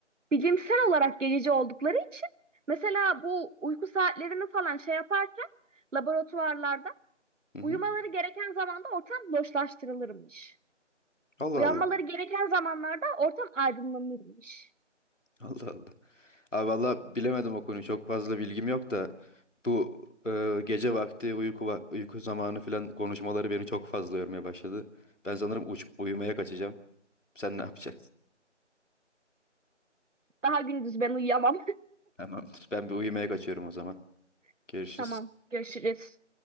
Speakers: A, on the right; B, on the left.
A: bilimsel olarak gececi oldukları için mesela bu uyku saatlerini falan şey yaparken laboratuvarlarda
B: Hı
A: uyumaları
B: hı.
A: gereken zamanda ortam loşlaştırılırmış.
B: Allah
A: Uyanmaları
B: Allah.
A: gereken zamanlarda ortam aydınlanırmış.
B: Allah Allah. Abi valla bilemedim o konuyu. Çok fazla bilgim yok da bu e, gece vakti uyku vak- uyku zamanı falan konuşmaları beni çok fazla yormaya başladı. Ben sanırım uç- uyumaya kaçacağım. Sen ne yapacaksın?
A: Daha gündüz ben uyuyamam.
B: Tamamdır. Ben bir uyumaya kaçıyorum o zaman.
A: <laughs>
B: Görüşürüz.
A: Tamam, görüşürüz.